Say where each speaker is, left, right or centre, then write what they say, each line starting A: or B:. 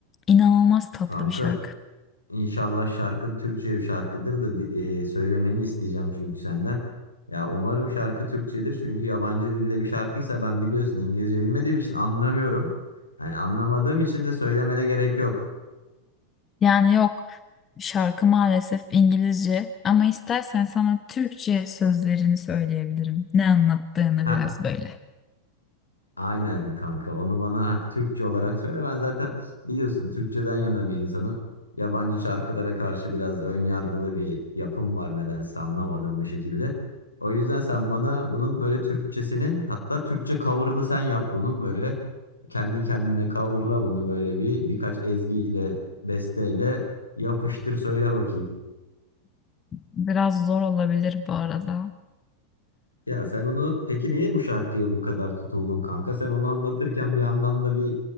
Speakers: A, on the left; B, on the left.
A: İnanılmaz tatlı
B: Kanka
A: bir şarkı.
B: inşallah şarkın Türkçe bir şarkıdır da di- e, söylemeni isteyeceğim çünkü senden. Ya umarım şarkı Türkçedir çünkü yabancı dilde bir şarkıysa ben biliyorsun İngilizce bilmediğim için anlamıyorum. Yani anlamadığım için de söylemene gerek yok.
A: Yani yok şarkı maalesef İngilizce ama istersen sana Türkçe sözlerini söyleyebilirim. Ne anlattığını
B: Heh
A: biraz böyle.
B: Aynen kanka. Onu bana <laughs> Türkçe olarak söyle. Ben zaten biliyorsun Türkçeden yana bir insanım. Yabancı şarkılara karşı biraz ön yargılı bir yapım var nedense anlamadığım bir şekilde. O yüzden sen bana bunun böyle Türkçesini hatta Türkçe cover'ını sen yap bunun böyle kendi kendine coverla bunu böyle bir birkaç ezgiyle besteyle yapıştır söyle bakayım.
A: Biraz zor olabilir bu arada.
B: Ya sen onu peki niye bu şarkıya bu kadar tutuldun kanka? Sen onu anlatırken bir yandan da bir